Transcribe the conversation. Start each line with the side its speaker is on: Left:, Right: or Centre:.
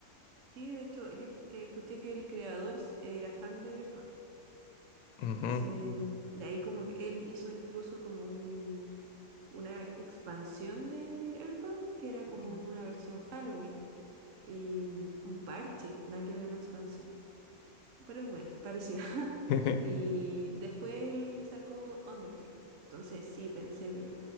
Right: Sí, de hecho, yo eh, escuché que el creador es- era fan de Earthbound.
Left: Ujú.
Right: Entonces, de ahí como que él hizo incluso como un, una expansión del Earthbound, que era como
Left: Mm.
Right: una versión Halloween y mm, un parche, nada que ver una expansión. pero bueno, parecido. <laughs>
Left: <laughs>
Right: Y después él sacó Undertale. Entonces sí, pensé, pero